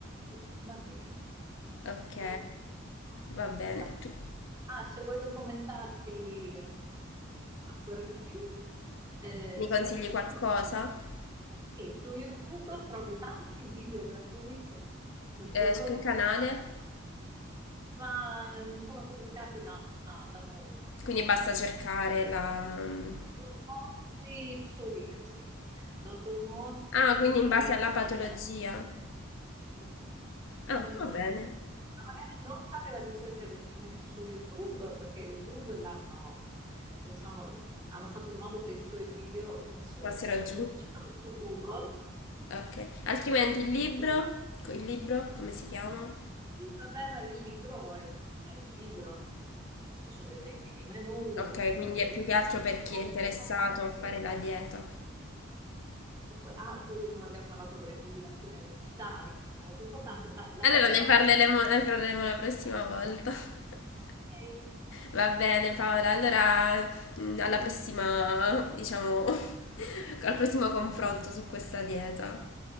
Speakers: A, on the right; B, on the left.
A: ok, va bene.
B: Ok,
A: Beh, approfitta.
B: va bene. Tu
A: Ah, se vuoi documentarti eh, ancora di più, eh,
B: mi consigli
A: se
B: qualcosa?
A: tu sì, su YouTube trovi tanti video gratuiti, d- dottor,
B: Eh, su che canale?
A: ma eh, sono pubblicati da, da molti.
B: Quindi basta cercare la... mm.
A: Dottor Mossi, psoriasi. Dottor Mossi,
B: Ah, quindi in base
A: eh,
B: alla patologia.
A: sì, sì, sì.
B: Ah,
A: Sempre.
B: va bene.
A: Ma magari non fare la ricerca direttamente su YouTube, perché YouTube l'hanno, diciamo, hanno fatto in modo che i suoi video finissero
B: Passerò
A: in fondo.
B: giù.
A: Cercalo su Google.
B: Ok. Altrimenti
A: Vi-
B: il
A: Video.
B: libro... Il libro, come si chiama?
A: Sì, vabbè, ma il libro è un, è un libro, non- ci sono esempi di menù,
B: Ok,
A: ci sono
B: quindi
A: gli alimenti,
B: è più che altro per chi
A: co-
B: è interessato
A: le combinazioni
B: a fare la dieta.
A: E poi, ah, poi non abbiamo parlato delle combinazioni alimentari che sono molto importanti. Dai, la
B: Allora
A: prossima
B: ne parleremo,
A: volta.
B: ne parleremo la prossima volta. <laughs>
A: Ok,
B: Va bene Paola, allora mh, alla prossima, diciamo, <laughs> al prossimo confronto su questa dieta.